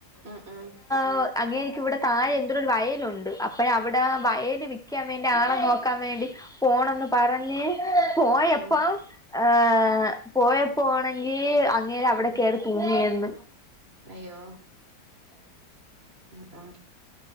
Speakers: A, on the right; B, in the centre.
A: ഉം ഉം
B: ഒ അങ്ങേർക്കിവിടെ താഴെ എന്തോരൊരു വയലുണ്ട് അപ്പയാ അവിടെ വയല് വിക്കാൻ വേണ്ടി ആളെ നോക്കാൻ വേണ്ടി പോണംന്ന് പറഞ്ഞ് പോയപ്പം
A: ഉം
B: ഏ പോയപോ ആണെങ്കീ അങ്ങ് ങ്ങേര് അവിടെ
A: ഉം
B: കേറി തൂങ്ങി യെന്ന്
A: അയ്യോ ആ